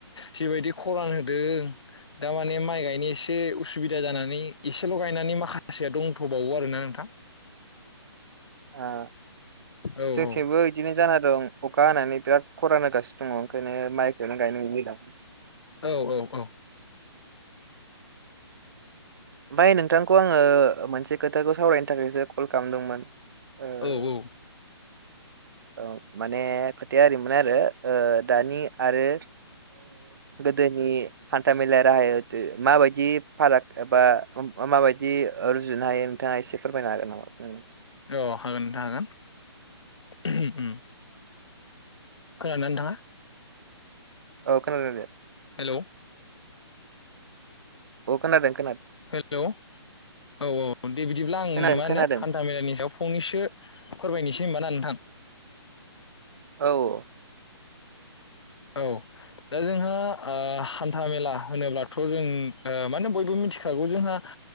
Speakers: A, on the left; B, on the right.
A: जि बायदि खरान होदों दा माने माइ गायनो एसे उसुबिदा जानानै एसेल' गायनानै माखासेया दं दथ' बुंथ'बावो आरोना नोंथां
B: ओ
A: औ
B: जोंसथिंबो
A: औ
B: इदिनो जाना दं ओं अखा हानानै बिराद खरान होगासिनो दङ ओंखायनो माइखौनो गायनो मोनै दं
A: औ औ औ
B: आमफ्राय नोंथांखौ आङो मोनसे खोथाखौ सावरायनो थाखायसो कल खालामदोंमोन ओ
A: औ औ
B: औ माने खोथाया ओरैमोन आरो दानि आरो गोदोनि हान्था मेलाया राहाय दि माबायदि फाराग एबा माबायदि रुजुनो हायो नोंथाङा एसे फोरमायनो हागोन नामा?
A: औ हागोन नोंथां हागोन। <unintelligible> खनादोंना नाङा
B: औ खोनादों दे
A: हेलौ
B: अ खोनादों खोनादों
A: हेलौ औ औ दे बिदिब्ला आं
B: खोनादों
A: मा होनो
B: खोनादों
A: हान्था मेलानि सायाव फंनैसो फोरमायनोसै सै होनबाना नोंथां
B: औ
A: औ दा जोंहा ओ हान्था मेला होनोब्लाथ' जों मानो बयबो मिथिखागौ जोंहा